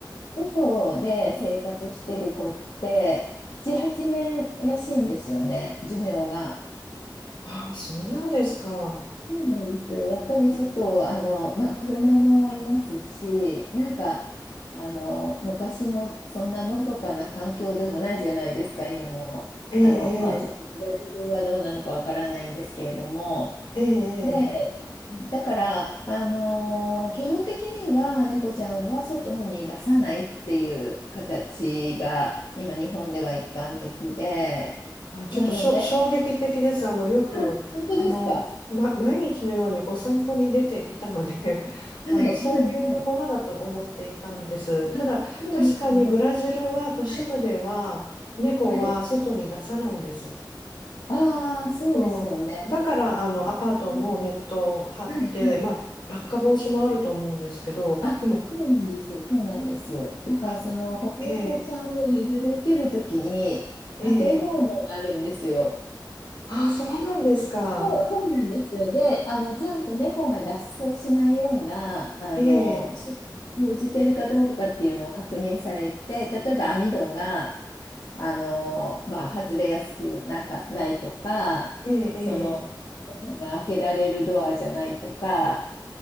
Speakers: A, on the left; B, on the left.
A: 外で生活してる子って7、8年らしいんですよね、寿命が。
B: あ、そうなんですか。
A: そうなんですよ。やっぱり外、あの、まあ、車もいますし、なんか、あの、昔のそんなのどかな環境でもないじゃないですか、今の。
B: ええ、
A: あの、まあ、ちょっとブラジルはどうなのかわからないんですけれども、
B: ええ、ええ。
A: で
B: ええ
A: だから、あのー基本的には猫ちゃんは外に出さないっていう形が今日本では一般的で、
B: あ、ちょっとしょ、
A: なので、
B: 衝撃的です。あの、よく、
A: あ、本当ですか。
B: あの、ま、毎日のようにお散歩に出ていたので <laughs>
A: はい、
B: あの、
A: はい、
B: そういうものだと思っていたんです。
A: はい。あ、
B: ただ、
A: そうですね。
B: 確かにブラジルは都市部では猫は外に出さないんです。
A: はい、はい。ああ、そうですよね。
B: そう。だから、あの、アパートもネット張って、
A: うん、はい、はい。
B: まあ、落下防止もあると思うんですけど、
A: あ、
B: でも、
A: そうなんです。そうなんです。だから、
B: あ、
A: その保護猫ちゃんを譲り受けるときに、
B: ええ、ええ、
A: 家庭訪問があるんですよ。
B: あ、そうなんですか。
A: そう、そうなんです。で、あの、ちゃんと猫が脱走しないような、あの、
B: ええ、
A: 手段を講じてるかどうかっていうのを確認されて、例えば網戸が、あの、まあ、外れやすくなか、ないとか、
B: ええ、
A: その、猫が開けられるドアじゃないとか、